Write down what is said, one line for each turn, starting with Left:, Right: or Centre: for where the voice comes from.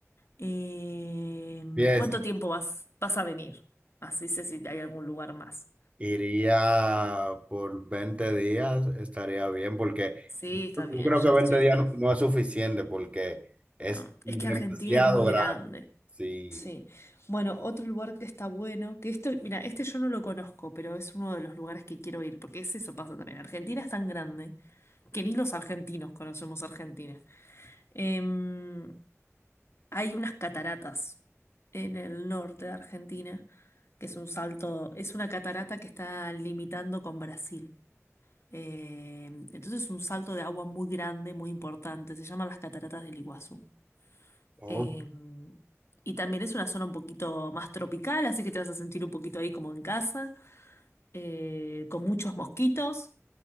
Left: Em,
Right: Fiesta.
Left: ¿cuánto tiempo vas, vas a venir? Así sé si hay algún lugar más.
Right: Iría por 20 días, estaría bien, porque
Left: Sí,
Right: yo
Left: está bien,
Right: creo
Left: ya
Right: que 20
Left: te estoy recorriendo.
Right: días no, no es suficiente, porque es
Left: No,
Right: demasiado
Left: es que Argentina es muy
Right: grande.
Left: grande.
Right: Sí.
Left: Sí. Bueno, otro lugar que está bueno, que esto, mira, este yo no lo conozco, pero es uno de los lugares que quiero ir, porque es eso pasa también. Argentina es tan grande que ni los argentinos conocemos Argentina. Em, hay unas cataratas en el norte de Argentina, que es un salto, es una catarata que está limitando con Brasil. Em, entonces es un salto de agua muy grande, muy importante. Se llaman las cataratas del Iguazú.
Right: Ok.
Left: Eh, y también es una zona un poquito más tropical, así que te vas a sentir un poquito ahí como en casa, eh, con muchos mosquitos.